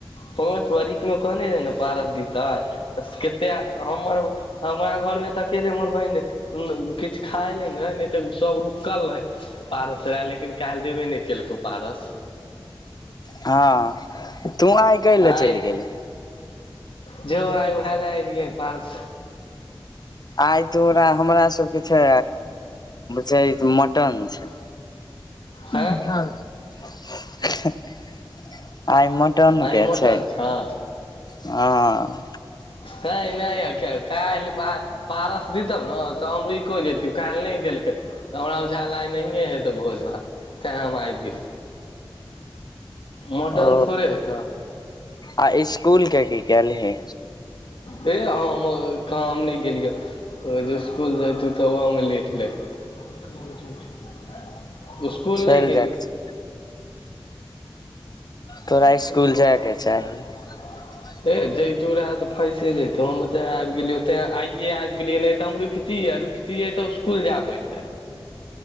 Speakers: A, on the left (about 70°); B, on the left (about 50°).
A: पाँच बारख मे कहने रहै ने पारस दतै तऽ कतेक हमर हमरा घरमे तऽ अकेले हमर बहिन रह किछु खा एले ने है नहि तऽ सब रुकल रहै पारस रहय लेकिन काल्हि देबे नहि केलकै ओ पारस
B: हँ तू आइ कै लए
A: आइ
B: चलि गेलही
A: जो आइ उएह लए एयलियै पार्स
B: आइ तोरा हमरा सबके छै छै मटन छै
A: हँ
B: ह भ <unintelligible> आइ मटन
A: आइ
B: के
A: मटन
B: छै
A: छौ
B: हँ
A: <unintelligible> काल्हि बात पारस दितहु ने तऽ हम रुकियो जैतिय काल्हि नहि देलकै तऽ हमरा बुझायल आइ नहिए हेतै भोज भात तैँ हम आबि गेली मटन
B: ओ
A: थोड़े हेतऽ
B: आ स्कुल के की केलही
A: हे हम कहाँ हम नहि गेलियै स्कुल जाइतु तऽ ओहोमे लेट लागि स्कूल
B: चलि
A: नहि गेली
B: जायके छै तोरा
A: <inaudible>
B: स्कूल जायके <inaudible>
A: हे जयतू रेहे तऽ फंसि जैतु हम ओते आबि गेलियौ तेँ आइये आबि गेलियै नहि तऽ हम रुकतियै रूकि तियै तऽ उसकुल जाए पड़ितै